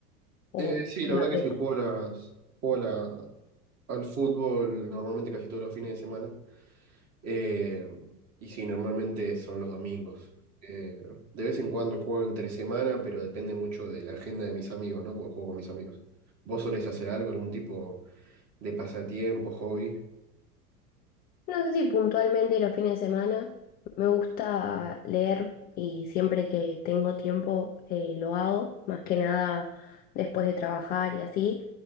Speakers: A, on the left; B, on the right.
A: o
B: Eh, sí,
A: lo
B: la verdad que
A: haces?
B: sí, juego, a las, juego a la- al fútbol normalmente casi todos los fines de semana. Eh, y sí, normalmente son los domingos. Eh, de vez en cuando juego entre semana, pero depende mucho de la agenda de mis amigos, ¿no? Porque juego con mis amigos. ¿Vos solés hacer algo, algún tipo de pasatiempo, hobby?
A: No sé si puntualmente los fines de semana. Me gusta leer y siempre que tengo tiempo eh, lo hago, más que nada después de trabajar y así.